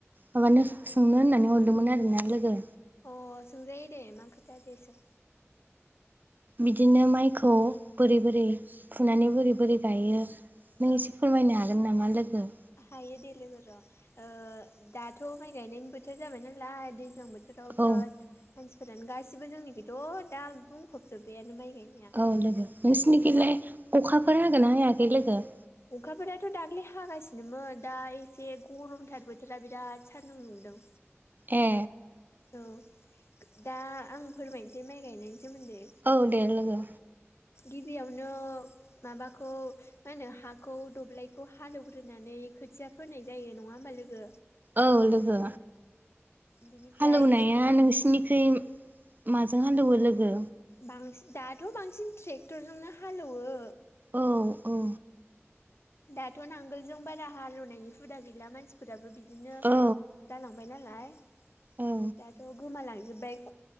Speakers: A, on the right; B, on the left.
A: माबानो सोंनो होननानै हरदोंमोन आरोना लोगो
B: औ अ सोंजायो दे मा खोथा दे सों
A: बिदिनो माइखौ बोरै बोरै फुनानै बोरै बोरै गायो नों
B: औ
A: एसे फोरमायनो हागोन नामा लोगो
B: हायो दे लोगो र' ओ दाथ' माइ गायनायनि बोथोर जाबाय नालाय दैज्लां बो थोराव बिराद
A: औ
B: मानसिफोरानो गासिबो जोंनिखैथ' दा बुंफबजोब्बायानो माइ गायनाया
A: औ लोगो नोंसिनिखैजाय
B: उम
A: अखाफोर हागोन ना हायाखै लोगो?
B: अखाफोराथ' दाख्लै हागासिनोमोन दा एसे गरमथार बोथोरा बिराद सान्दुं दुंदों
A: ए
B: औ दा आं फोरमायनोसै माइ गायनायनि सोमोन्दै
A: औ दे लोगो
B: गिबियावनो माबाखौ मा होनो हा खौ दब्लायखौ हालौवग्रोनानै खोथिया फोनाय जायो नङा होमबा लोगो
A: औ लोगो
B: बिनिफ्राय
A: हालौनाया नोंसिनिखै माजों हालौवो
B: औ
A: लोगो
B: बांसिन दाथ' बांसिन ट्रेक्टरजोंनो हालौवो
A: औ औ
B: दाथ' नांगोलजों बारा हालेवनायनि हुदा गैला मानसिफोराबो बिदिनो
A: औ
B: जालांबायना लाय
A: औ
B: दाथ' गोमालांजोबबाय